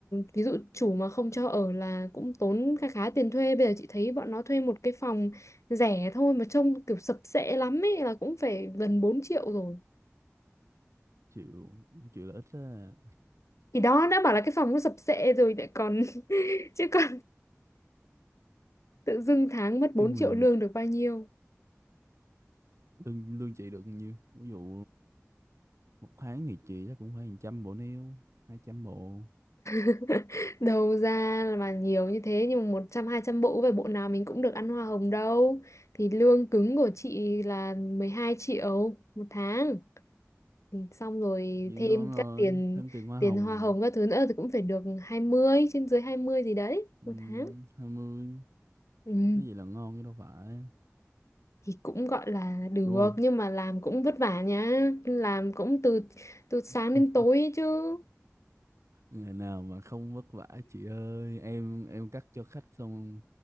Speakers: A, on the left (about 70°); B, on the right (about 65°).
A: ví dụ chủ mà không cho ở là cũng tốn khá khá tiền thuê bây giờ chị thấy bọn nó thuê một cái phòng rẻ thôi mà trông kiểu sập sệ lắm ấy là cũng phải gần 4 triệu rồi
B: chịu chịu là ít á
A: thì đó đã bảo là cái phòng nó sập sệ rồi lại còn <laughs> chứ còn tự dưng tháng mất bốn
B: chung
A: triệu
B: là
A: lương được bao nhiêu
B: lương lương chị được nhiêu ví dụ một tháng thì chị chắc cũng phải một trăm bộ nail hai trăm bộ
A: <laughs> đầu ra mà nhiều như thế nhưng mà một trăm hai trăm bộ về bộ nào mình cũng được ăn hoa hồng đâu thì lương cứng của chị là 12 triệu một tháng thì xong rồi
B: nhưng
A: thêm
B: ngon
A: các
B: rồi
A: tiền
B: thêm tiền hoa
A: tiền
B: hồng
A: hoa hồng các thứ nữa thì cũng phải được hai mươi trên dưới 20 gì đấy
B: um,
A: một tháng
B: hai mươi
A: ừ.
B: nói vậy là ngon chứ đâu phải
A: thì cũng gọi là được
B: đúng không
A: nhưng mà làm cũng vất vả nhá làm cũng từ từ sáng
B: <laughs>
A: đến tối ấy chứ
B: ngày nào mà không vất vả chị ơi em em cắt cho khách xong